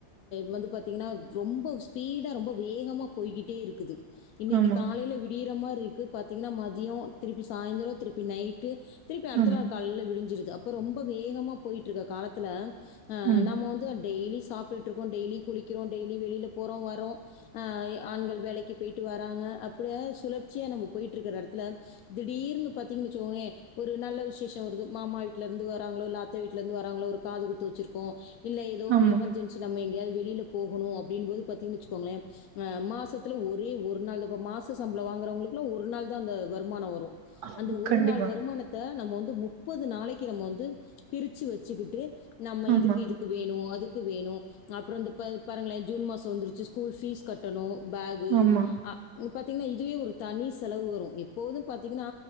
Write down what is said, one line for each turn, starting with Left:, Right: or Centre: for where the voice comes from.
Left: வந்து பார்த்தீங்கன்னா ரொம்ப ஸ்பீடாக ரொம்ப வேகமா போய்கிட்டே இருக்குது இன்னிக்கு
Right: ஆமா
Left: காலைல விடீரமாரி பாத்தீங்கன்னா மதியோ திருப்பி சாய்ந்த்ரோ திருப்பி நைட்டு திருப்பி அடுத்த
Right: ஆமா
Left: நாள் காலைல விடிஞ்சிருது அப்பரொம்ப வேகமா போய்ட்ருக்க காலத்துல ஆ
Right: ம்
Left: நம்ம வந்து டெய்லி சாப்டுட்டு இருக்கோ டெய்லி குளிக்குறோ டெய்லி வெளில போறோ வரோ ஆ ஆண்கள் வேலைக்கு போயிட்டு வராங்க அப்படிய சுழற்சியா நம்ம போயிட்டு இருக்கிற எடத்துல திடீர்னு பாத்தீங்கன்னு வெச்சுக்கோயே ஒரு நல்ல விசேஷம் வருது மாமா வீட்டலேருந்து வராங்களோ இல்ல அத்த வீட்டலருந்து வராங்களோ ஒரு காது குத்து வெச்சுருக்கோ இல்ல எதோ
Right: ஆமா
Left: எமர்ஜென்சி நம்ம எங்யாவது வெளியில போகணு அப்டின்போது பாத்திங்கன்னு வெச்சுக்கோங்ளே அ மாசத்துல ஒரே ஒரு நாள் தா இப்போ மாச சம்பளோ வாங்கறவங்களுக்குலா ஒரு நாள் தா அந்த வருமானோ வரு
Right: ஆமா
Left: அந்த ஒரு
Right: கண்டிப்பா
Left: நாள் வருமானத் அ நம்ம வந்து முப்பது நாளைக்கி நம்ம வந்து பிரிச்சு வச்சுக்கிட்டு நம்ம
Right: ஆமா
Left: இதுக்கு இதுக்கு வேணு அதுக் ங்கு வேணு அப்புறோ இந்த ப்ப பாருங்களே ஜூன் மாசோ வந்துச்சு ஸ்கூல் பீஸ் கட்டணு பேகு
Right: ஆமா
Left: அ ம் பாத்தீங்ன்னா இதுவே ஒரு தனி செலவு வரு எப்போது பாத்தீங்ன்னா